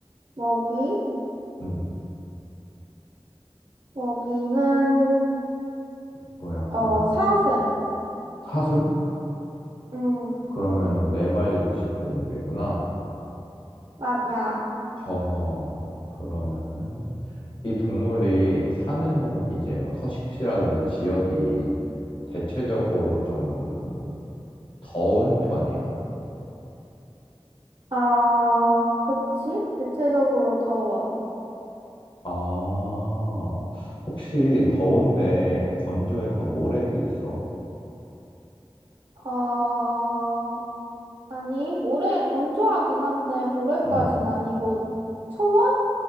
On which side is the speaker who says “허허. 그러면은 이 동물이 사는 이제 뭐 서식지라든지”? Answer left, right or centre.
Left